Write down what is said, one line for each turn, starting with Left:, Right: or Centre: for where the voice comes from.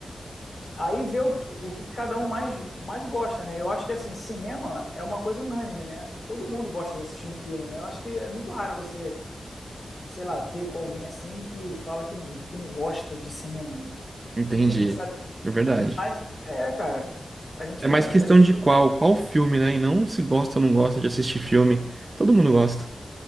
Left: aí vê o, que- o que cada um mais mais gosta, né? Eu acho que assim, cinema é uma coisa unânime, né? Todo mundo gosta de assistir um filme, né? Eu acho que é muito raro você sei lá, ter com alguém assim que fala que não, que não gosta de cinema, né?
Right: Entendi.
Left: Enfim, a gente sabe.
Right: É verdade.
Left: Mas é, cara, a gente
Right: É
Left: pode,
Right: mais questão
Left: a gente
Right: de
Left: pode,
Right: qual, qual filme, né? E não se gosta ou não gosta de assistir filme. Todo mundo gosta.